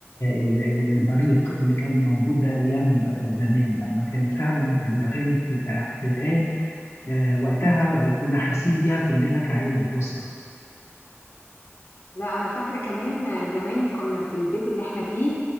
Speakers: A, on the left; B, on the left.
A: ال- ال- البريق اللي كان موجود ايام زمان لما كانت فعلا الاغاني بتتع- بتتقال آه، وقتها وكنا حاسين بيها كلنا كعيله واسره
B: لا انا فاكره كمان زمان كنا في البيت اللي احنا فيه